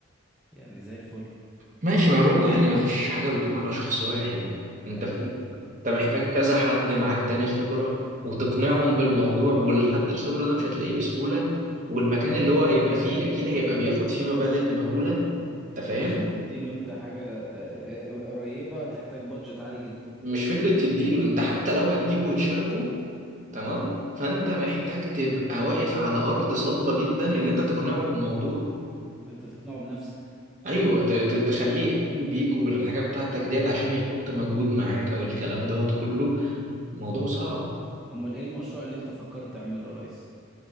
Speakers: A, in the centre; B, on the right.
A: يعني زي الفل
B: ماشي ما هي برضه يعني ما فيش حاجة بتقوم على شخص واحد انت
A: اكيد
B: فاهم؟ انت محتاج
A: اكيد
B: كذا حد معاك تاني خبرة وتقنعهم بالموضوع والحد الخبرة ده مش هتلاقيه بسهولة والمكان اللي هو هيبقى فيه اكيد هيبقى بياخد فيه مبالغ مهولة انت فاهم
A: عشان تديله انت حاجة آه، آه، قريبة تحتاج بادجت عالي جدا
B: مش فكرة تديله انت حتى لو هتجيبه وتشاركه تمام فانت محتاج تبقى واقف على ارض صلبة جدا ان انت تقنعه
A: طبعا
B: بالموضوع
A: انت تقنعه بنفسك
B: ايوه ت- ت- تخليه يؤمن بيك وبالحاجة بتاعتك ديت عشان يحط مجهود معاك او الكلام دوت كله موضوع صعب
A: امال ايه المشروع اللي انت فكرت تعمله يا ريس